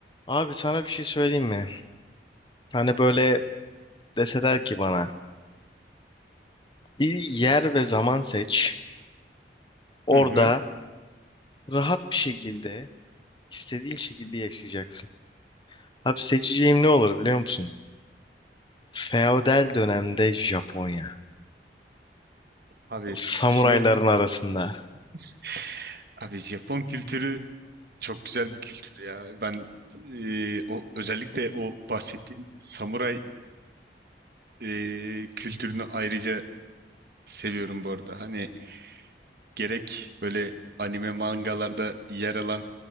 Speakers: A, on the left; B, on the right.
A: Abi sana bir şey söyleyeyim mi? Hani böyle deseler ki bana bir yer ve zaman seç. Orada
B: Hı hı.
A: rahat bir şekilde istediğin şekilde yaşayacaksın. Abi seçeceğim ne olur biliyor musun? Feodal dönemde Japonya.
B: Abi,
A: O samurayların
B: Jap
A: arasında.
B: <laughs> abi Japon kültürü çok güzel bir kültür ya. Ben e, o özellikle o bahsettiğim samuray e, kültürünü ayrıca seviyorum bu arada. Hani gerek böyle anime mangalarda yer alan